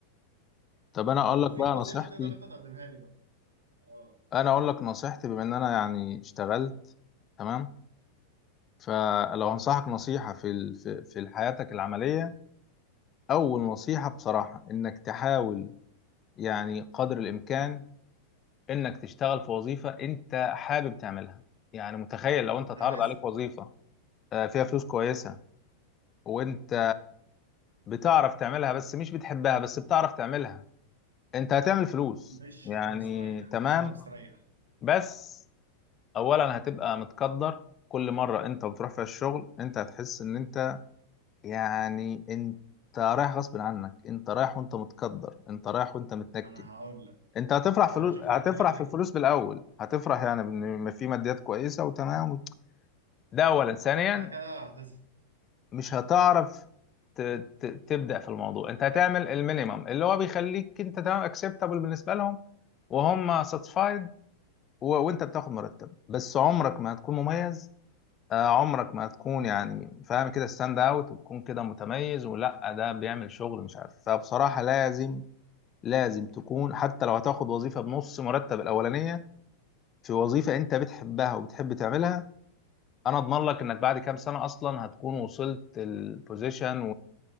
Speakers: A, on the left; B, on the right.
A: طب انا اقول
B: فلو
A: لك
B: في
A: بقى
B: نصيحه
A: نصيحتي
B: تقدر انت تقدمها لي بقى اه
A: انا اقول لك نصيحتي بما ان انا يعني اشتغلت تمام فلو هنصحك نصيحة في ال- في في حياتك العملية اول نصيحة بصراحة انك تحاول يعني قدر الامكان انك تشتغل في وظيفة انت حابب تعملها يعني متخيل لو انت اتعرض
B: ده لازم
A: عليك وظيفة آه، فيها فلوس كويسة وانت بتعرف تعملها بس مش بتحبها بس بتعرف تعملها انت هتعمل فلوس
B: مش
A: يعني
B: هتبقى مستريح
A: تمام
B: مش هتبقى مستريح
A: بس اولا هتبقى متقدر كل مره انت بتروح فيها الشغل انت هتحس ان انت يعني انت رايح غصب عنك انت رايح وانت متقدر انت رايح وانت متنكد
B: ما انا هقول
A: انت هتفرح
B: هقول
A: فلوس
B: لك شفت
A: هتفرح
B: انا قلت لك ايه
A: في الفلوس بالاول هتفرح يعني بان في ماديات كويسه وتمام ده اولا ثانيا
B: بعد كده هتزهق
A: مش هتعرف ت... ت... تبدا في الموضوع انت هتعمل المينيمم اللي هو بيخليك انت تمام اكسبتابل بالنسبه لهم وهم ساتسفايد و... وانت بتاخد مرتب بس عمرك ما هتكون مميز آه، عمرك ما هتكون يعني فاهم كده ستاند اوت وتكون كده متميز ولا ده بيعمل شغل مش عارف فبصراحة لازم لازم تكون حتى لو هتاخد وظيفة بنص مرتب الأولانية في وظيفة أنت بتحبها وبتحب تعملها أنا أضمن لك إنك بعد كام سنة أصلا هتكون وصلت البوزيشن